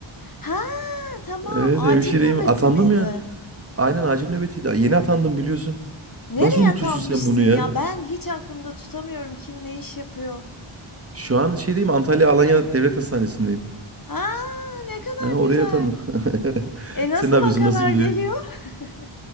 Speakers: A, on the left (about 40°); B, on the right (about 30°).
A: Ha, tamam.
B: Evet
A: Acil
B: hemşireyim.
A: nöbeti
B: Atandım
A: miydi?
B: ya. Aynen acil nöbetiydi. Yeni atandım biliyorsun.
A: Nereye
B: Nasıl unutursun
A: atanmışsın
B: sen bunu ya?
A: ya? Ben hiç aklımda tutamıyorum kim ne iş yapıyor.
B: Şu an şeydeyim Antalya Alanya Devlet Hastanesi'ndeyim.
A: Ha, ne kadar
B: Ha, oraya
A: güzel.
B: atandım. <laughs>
A: E nasıl
B: Sen ne yapıyorsun?
A: vakalar
B: Nasıl gidiyor?
A: geliyor? <laughs>